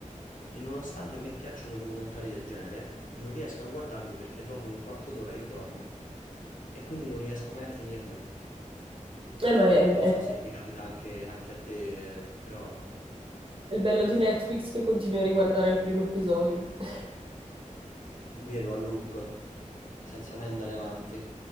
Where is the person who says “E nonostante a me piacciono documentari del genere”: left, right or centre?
Left